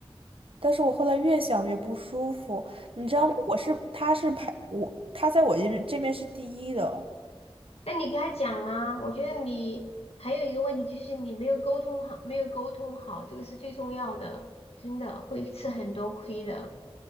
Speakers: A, on the right (about 65°); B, on the left (about 80°).
A: 但是我后来越想越不舒服，你知道吗？我是他是排我，他在我这边这边是第一的。
B: 那你给他讲啊。我觉得你还有一个问题就是你没有沟通好，没有沟通好，这个是最重要的，真的会吃很多亏的。